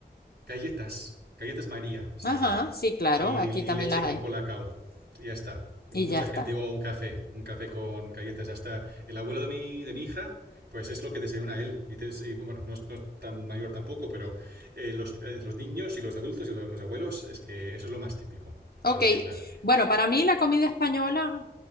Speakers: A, on the right (about 75°); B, on the left (about 65°).
A: Galletas, galletas María se
B: Ajá,
A: llaman.
B: sí, claro.
A: Y,
B: Aquí
A: y-
B: también
A: y leche
B: las
A: con
B: hay.
A: colacao. Y ya está. Y
B: Y
A: mucha
B: ya está.
A: gente, o un café, un café con galletas. Hasta el abuelo de mi, de mi hija, pues es lo que desayuna él. Y, te- y, bueno, no es, no es tan mayor tampoco, pero eh, los, eh, los niños y los adultos y lo- los abuelos, es que eso es lo más típico
B: Ok,
A: para desayunar.
B: bueno, para mí la comida española